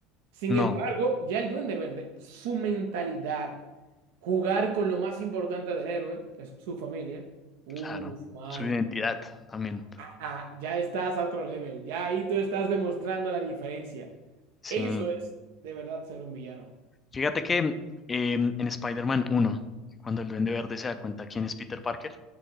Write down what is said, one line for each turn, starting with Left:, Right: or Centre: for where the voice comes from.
Right: Sin
Left: No,
Right: embargo, ya el Duende Verde, su mentalidad, jugar con lo más importante del héroe, que es su familia. Uf,
Left: claro.
Right: mano.
Left: Su identidad también.
Right: Ah, ya estás a otro level. Ya ahí tú estás demostrando la diferencia.
Left: Sí.
Right: Eso es de verdad ser un villano.
Left: Fíjate que eh, en Spider-Man 1, cuando el Duende Verde se da cuenta quién es Peter Parker,